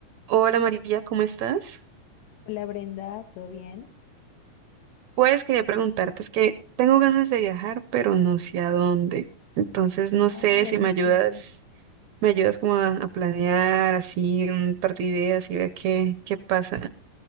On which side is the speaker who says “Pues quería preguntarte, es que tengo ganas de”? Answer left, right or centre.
Right